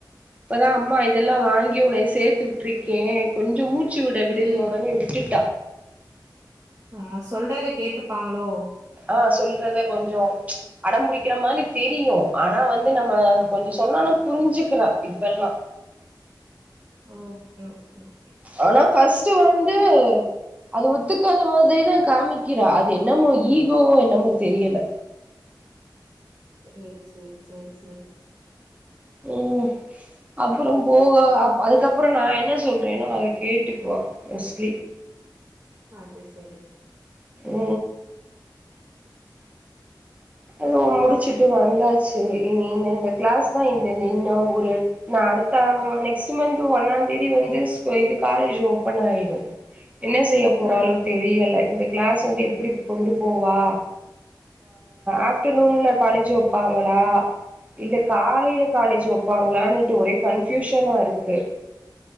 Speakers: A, on the right; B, on the right.
A: இப்பதான் அம்மா இதெல்லாம் வாங்கி உன்ன சேர்த்து விட்டுருக்கேன் கொஞ்சம் மூச் ச்சுட விடனு
B: ம்
A: உடனே விட்டுட்டா
B: ஆஹ் சொல்றத கேட்டுப்பாங்களோ
A: ஆஹ் சொல்றத கொஞ்சம் அடம்பிடிக்கிற மாதிரி தெரியும் ஆனா வந்து நம்ம கொஞ்சம் சொன்னானா புரிஞ்சுக்கிறா இப்பெல்லா
B: ஓகே ஓகே
A: ஆனா ஃபர்ஸ்ட் வந்து அது ஒத்துக்காத மாதிரிதான் காமிக்கிறா அது என்னமோ ஈகோவோ என்னமோ தெரியல
B: சேரி சேரி சேரி சேரி
A: ம் அப்புறம் போக அதுக்கப்புறம் நா என்ன சொல்றேன்னோ அத கேட்டுக்குவா மோஸ்ட்லி
B: அது சரி
A: ஓ அதுவு முடிச்சுட்டு வந்தாச்சு இனி இந்தந்த க்ளாஸ் தா இந்த இன்னொ ஒரு நா அடுத்த நெக்ஸ்ட் மந்த் ஒன்னா தேதி வந்து இது காலேஜ் ஓபன் ஆயிடும் என்ன செய்ய போறாலோ
B: ம்
A: தெரியல இந்த கிளாஸ் எப்டி கொண்டு போவா ஆப்டர்நூன்ல காலேஜ் வைப்பாங்களா இல்ல காலே காலேஜ் வைப்பாங்களான்ட்டு ஒரே கன்பியூஷனா இருக்கு